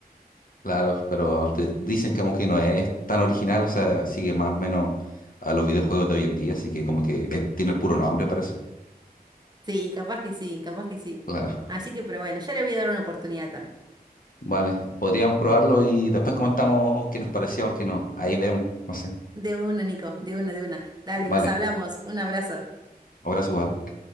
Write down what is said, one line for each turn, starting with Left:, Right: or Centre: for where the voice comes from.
Left: Claro, pero te- dicen que aunque no es tan original, o sea, sigue más o menos a los videojuegos de hoy en día, así que como que es- tiene el puro nombre, parece.
Right: Sí, capaz que sí, capaz que sí.
Left: Claro,
Right: Así que, pero bueno, ya le voy a dar una oportunidad también.
Left: vale, podríamos probarlo y después comentamos qué nos pareció, aunque no, ahí vemos, no sé.
Right: De una, Nico, de una, de una. Dale,
Left: Vale,
Right: nos hablamos. Un abrazo.
Left: ahora es igual.